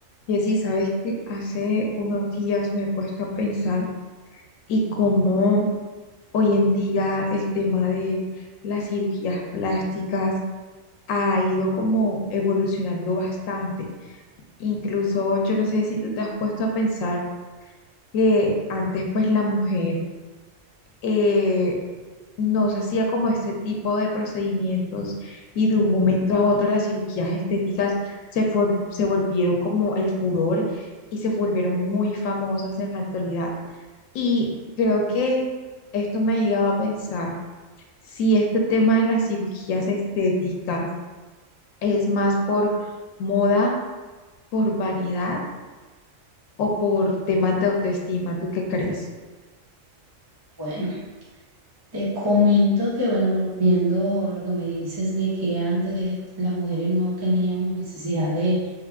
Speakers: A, on the left; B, on the right.
A: Y así, sabes que hace unos días me he puesto a pensar y cómo hoy en día el tema de las cirugías plásticas ha ido como evolucionando bastante. Incluso yo no sé si tú te has puesto a pensar que antes pues la mujer, eh, no se hacía como este tipo de procedimientos y de un momento a otro las cirugías estéticas se, for- se volvieron como el furor y se volvieron muy famosas en la actualidad. Y creo que esto me ha llegado a pensar si este tema de las cirugías estéticas es más por moda, por vanidad o por temas de autoestima. ¿Tú qué crees?
B: Bueno, te comento que, bueno, viendo lo que me dices de que antes las mujeres no teníamos necesidad de